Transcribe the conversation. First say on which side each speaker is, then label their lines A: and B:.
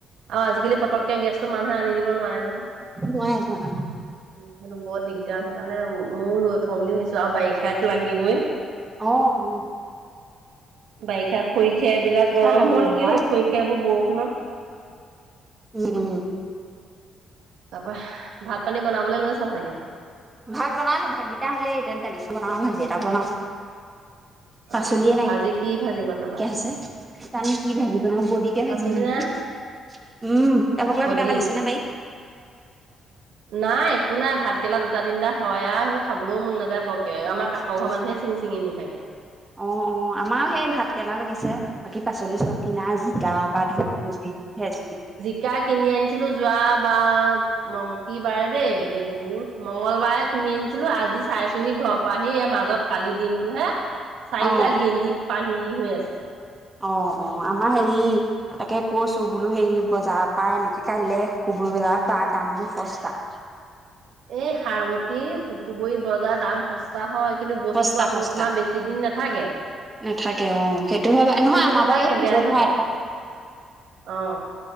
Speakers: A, on the right; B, on the right.
A: আৰু আজিকালি পটকে গেছত মানুহে আনি দিব নোৱাৰে নহয়।
B: নোৱাৰে নোৱাৰে ন
A: উম সেইটো বৰ দিগদাৰ সেইকাৰণে ময়ও লৈ থওঁ বুলি ভাৱিছো আৰু বাৰিষাই লাগিবই।
B: অ', অ'।
A: বাৰিষা খৰি খেৰ এইবিলাক
B: বাৰিষা
A: গৰম
B: লাগেই
A: হ'ল
B: নহয়
A: কি হ'ল খৰি খেৰবোৰ বৰষুণ
B: উম, উম।
A: তাৰ পৰা ভাত পানী বনাবলৈ লৈছা চাগে।
B: ভাত বনালো ভাত কেইটা হ'লে তন বনাও ভাজি এটা বনাও। পাচলিয়ে
A: অ',
B: নাই
A: ভাজি কি ভাজি বনাবা?
B: আছে। টানি কি ভাজি বনাম বদিকে
A: পাচলি
B: ভাজিমি নেকি
A: নাই
B: উম এভকা
A: বডি
B: কিবা লাগিছে নে বাৰি
A: <unintelligible> নাই একো নাই ভাত কেলা দুটা তিনিটা হয় আৰু সেইবোৰ খাবলৈও মন নাযায় ব <unintelligible> আমাৰ
B: বাৰীত
A: কাষৰ ঘৰৰ মানুহে চিঙি নি থাকে।
B: অ', অ', আমাৰো সেই ভাত কেৰেেলা লাগিছে বাকী পাচলি চব। কিনা
A: উম
B: জিকাৰ পৰা ধৰি পুৰ্তি ফে <unintelligible>
A: শিকা কিনি আনিছিলোঁ যোৱা বা মংকি বাৰে দেই বুত মঙ্গলবাৰে কিনি আনিছিলোঁ আজি চাইছোহি ঘৰৰ পৰা আহি এই মাজত কালি দিনটো হে চাৰিটা
B: অ
A: গেলি পানী হৈ আছে।
B: অ', অ', আমাৰ হেৰি তাকে কৈছোঁ বোলো হেৰি বজাৰৰ পৰা এনেকে কাইিলে কবুৰ বজাৰত বা দাম বোৰ সস্তা।
A: এই সাৰমতী সুকুবৰী বজাৰ দাম সস্তা। বা হয় কিন্তু বস্তুবোৰ
B: সস্তা
A: আপ
B: সস্তা
A: তোমাৰ বেছি দিন নাথাকে।
B: নাথাকে অ', সেইটো হয় বাৰু
A: বেছিদিন
B: নহয় আমাৰ
A: নাথাকে
B: বাৰু এই ফ্ৰিজত
A: বেয়া হৈ
B: ভৰাই
A: যায় অ'।